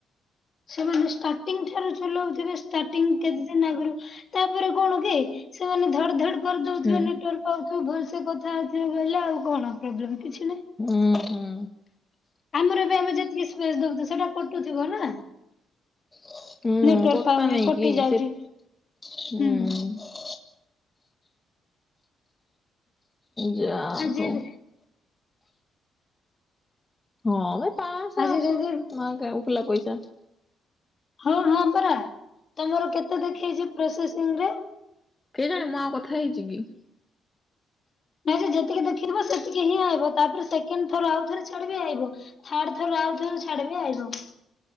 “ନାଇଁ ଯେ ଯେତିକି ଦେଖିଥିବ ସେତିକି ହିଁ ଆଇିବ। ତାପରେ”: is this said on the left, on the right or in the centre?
Left